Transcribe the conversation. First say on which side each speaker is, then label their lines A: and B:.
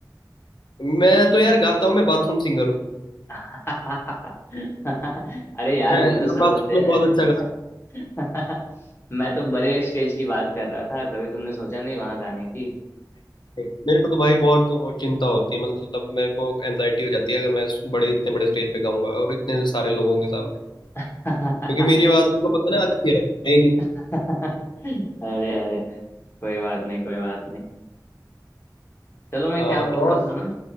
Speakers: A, on the left (about 85°); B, on the left (about 35°).
A: मैं तो यार गाता हूँ मैं बाथरूम सिंगर हूँ
B: <laughs> अरे यार
A: मैं
B: वो तो सब
A: मैं बाथरूम
B: होते
A: में
B: हैं
A: बहुत अच्छा
B: <laughs> मैं तो बड़े स्टेज की बात कर रहा था कभी तुमने सोचा नहीं वहां जाने की
A: मेरे को तो भाई बहुत वो चिंता होती है मतलब मेरे को एनजाइटी हो जाती है अगर मैं बड़े इतने बड़े स्टेज पे गाऊंगा और इतने सारे लोगों के सामने
B: <laughs>
A: क्योंकि मेरी आवाज मेरे को पता ना अच्छी है ही नहीं
B: अरे अरे कोई बात नहीं कोई बात नहीं चलो मैं
A: हाँ
B: क्या बोल
A: और
B: रहा था ना